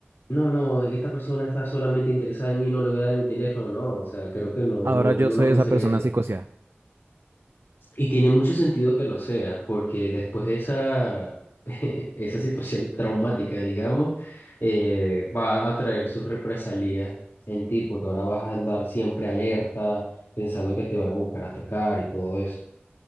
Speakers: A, on the left; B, on the right.
A: no, no, esta persona está solamente interesada en mí, no le voy a dar mi teléfono, no, o sea, creo que no,
B: Ahora
A: no, uno
B: yo soy
A: no pensaría
B: esa persona
A: eso.
B: psicoseada.
A: Y tiene mucho sentido que lo sea, porque después de esa, <laughs> esa situación traumática, digamos, eh, va a traer sus represalias en ti, porque ahora vas a andar siempre alerta, pensando que te van a buscar atacar y todo eso.